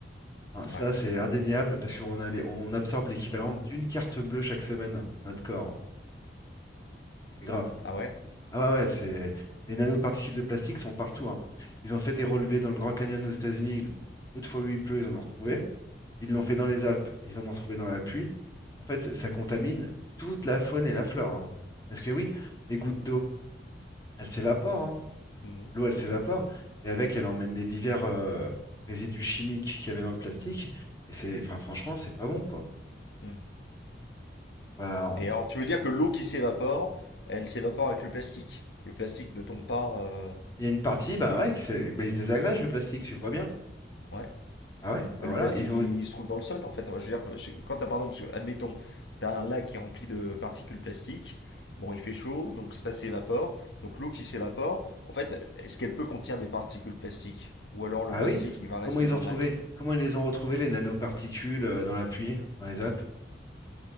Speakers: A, on the left; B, on the left.
A: Hein, ça,
B: Ouais.
A: c'est indéniable, parce qu'on a les- on absorbe l'équivalent d'une carte bleue chaque semaine dans notre corps. C'est grave.
B: Ah ouais?
A: Ah ouais, ouais, c'est... Les nanoparticules de plastique sont partout, hein. Ils ont fait des relevés dans le Grand Canyon aux États-Unis. le- Peu de fois où il pleut, ils en ont retrouvé. Ils l'ont
B: Mhm,
A: fait dans les Alpes, ils en ont retrouvé dans la pluie. En fait, ça contamine toute la faune et la flore. hein. Parce que oui, les gouttes d'eau, elles s'évaporent. hein.
B: mhm,
A: L'eau, elle s'évapore. Et avec,
B: mhm,
A: elle emmène les divers euh, résidus chimiques qu'il y avait dans le plastique. Et c'est, enfin, franchement, c'est pas bon, quoi.
B: mhm.
A: On va- on-
B: Et alors, tu veux dire que l'eau qui s'évapore, elle s'évapore avec le plastique. Le plastique ne tombe pas. euh,
A: Il y a une partie, bah ouais, qui s'est- bah, il se désagrège le plastique, tu le vois bien.
B: Ouais.
A: Ah ouais, bah
B: Mais
A: voilà,
B: le plastique,
A: ils ont.
B: il se trouve dans le sol, en fait. Enfin, Je veux dire, quand t'as, par exemple, admettons, t'as un lac qui est rempli de particules plastiques, bon, il fait chaud, donc ça s'évapore. Donc l'eau qui s'évapore, en fait, est-ce qu'elle peut contenir des particules plastiques? Ou alors le
A: Ah
B: plastique,
A: oui,
B: il va rester
A: comment ils
B: dans
A: ont retrouvé,
B: le lac?
A: comment ils les ont retrouvés les nanoparticules euh, dans la pluie, dans les Alpes?